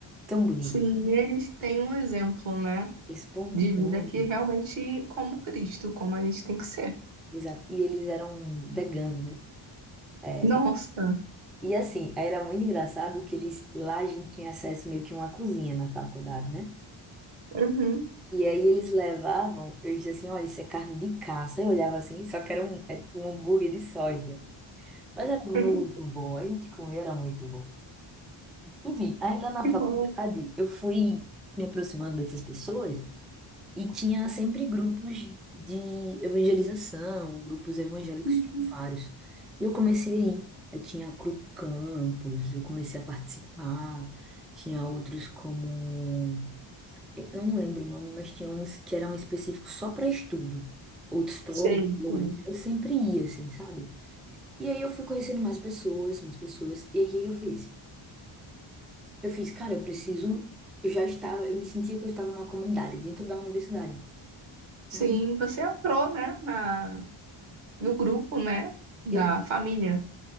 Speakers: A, in the centre; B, on the right.
A: tão bonito,
B: Sim, eles têm um exemplo, né,
A: espontâneo.
B: de vida que realmente como Cristo, como a gente tem que ser.
A: Exato. E eles eram veganos, né? É,
B: Nossa,
A: é. e assim, era muito engraçado que eles lá a gente tinha acesso meio que a uma cozinha na faculdade, né?
B: uhum,
A: E aí eles levavam, eles diziam assim, olha, isso é carne de caça. Eu olhava assim, só que era um, é tipo um hambúrguer de soja. Mas era muito
B: <laughs>
A: bom, a gente comia, era muito bom. Enfim, aí lá na
B: que
A: faculdade
B: bom.
A: eu fui me aproximando dessas pessoas e tinha sempre grupos de evangelização, grupos evangélicos,
B: Uhum.
A: tinha vários. E eu comecei a ir. Aí tinha a Cru Campus, eu comecei a participar. Tinha outros como eu não lembro o nome, mas tinha uns que eram específicos só para estudo, outros para louvores.
B: Sei, sei.
A: Eu sempre ia, assim, sabe? E aí eu fui conhecendo mais pessoas, mais pessoas. E aí o que que eu fiz? Eu fiz, cara, eu preciso. Eu já estava, eu me sentia que eu estava numa comunidade, dentro da universidade.
B: Sim,
A: Mas
B: você entrou, né, na, no grupo, né, da
A: e,
B: família.